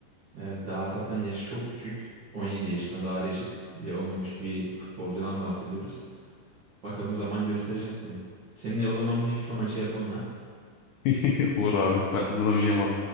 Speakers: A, on the right (about 75°); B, on the left (about 85°).
A: e, daha zaten yaşı çok küçük. 17 yaşında daha reşit bile olmamış bir futbolcudan bahsediyoruz. Bakalım zaman gösterecek bunu. Seninle o zaman bir FIFA maçı yapalım ha.
B: <laughs> Olur abi ben Lamine Yamal.